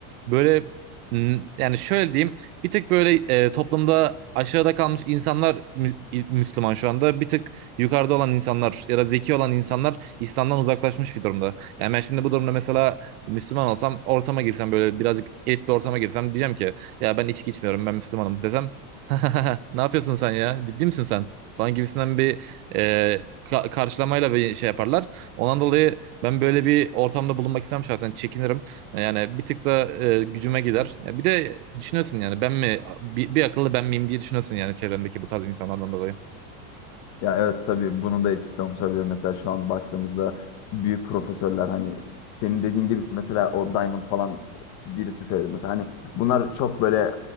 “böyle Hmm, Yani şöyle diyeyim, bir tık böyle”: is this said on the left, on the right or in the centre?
Right